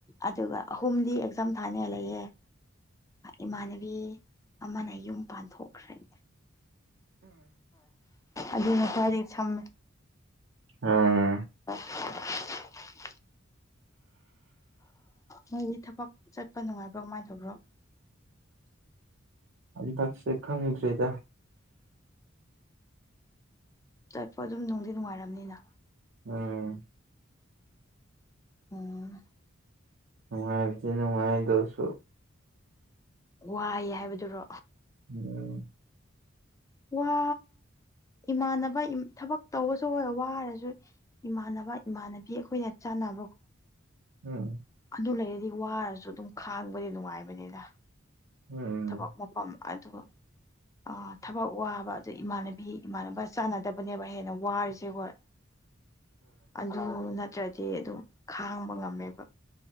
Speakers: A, on the left; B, on the right.
A: ꯑꯗꯨꯒ ꯑꯍꯨꯝꯗꯤ ꯑꯦꯛꯖꯥꯝ ꯊꯥꯅ ꯂꯩꯌꯦꯦ ꯏꯃꯥꯟꯅꯕꯤ ꯑꯃꯅ ꯌꯨꯝ ꯄꯥꯟꯊꯣꯛꯈ꯭ꯔꯦ ꯑꯗꯨꯅꯀꯗꯤ ꯁꯝ
B: ꯑ
A: <inaudible> ꯃꯣꯏꯒꯤ ꯊꯕꯛ ꯆꯠꯄ ꯅꯨꯡꯉꯥꯏꯕ꯭ꯔꯣ ꯀꯃꯥꯏꯅ ꯇꯧꯕ꯭ꯔꯣ
B: ꯑꯗꯨꯗꯛꯁꯦ ꯈꯪꯗ꯭ꯔꯔꯤꯗ
A: ꯆꯠꯄ ꯑꯗꯨꯝ ꯅꯨꯡꯗꯤ ꯅꯨꯡꯉꯥꯏꯔꯝꯅꯤꯅ
B: ꯎꯝ
A: ꯑꯣ
B: ꯅꯨꯡꯉꯥꯏꯗꯤꯅꯅꯨꯡꯉꯥꯏꯗꯣ ꯁꯣ
A: ꯋꯥꯏ ꯍꯥꯏꯕꯗꯨꯔꯣ
B: ꯎꯝ
A: ꯋꯥ ꯏꯃꯥꯟꯅꯕ ꯊꯕꯛ ꯇꯧꯕꯁꯨ ꯑꯣꯏꯔ ꯋꯥꯔꯁꯨ ꯏꯃꯥꯟꯅꯕ ꯏꯃꯥꯟꯅꯕꯤ ꯑꯩꯈꯣꯏꯅ ꯆꯥꯟ <inaudible>
B: ꯎꯝ
A: ꯑꯗꯨ ꯂꯩꯔꯗꯤ ꯋꯥꯔꯖꯨ ꯑꯗꯨꯝ ꯈꯥꯡꯕꯗꯤ ꯅꯨꯡꯉꯥꯏꯕꯅꯤꯗ
B: ꯎꯝ
A: ꯊꯕꯛ ꯃꯄꯝ ꯑꯗꯨ ꯑ ꯊꯕꯛ ꯋꯥꯕ ꯑꯗꯨ ꯏꯃꯥꯟꯅꯕꯤ ꯏꯃꯥꯟꯅꯕ ꯆꯥꯟꯅꯗꯕꯅꯦꯕ ꯍꯦꯟꯅ ꯋꯥꯔꯤꯁꯦ ꯍꯣꯏ ꯑꯗꯨꯑꯥ ꯅꯠꯇ꯭ꯔꯗꯤ ꯑꯗꯨꯝ ꯈꯥꯡꯕ ꯉꯝꯃꯦꯕ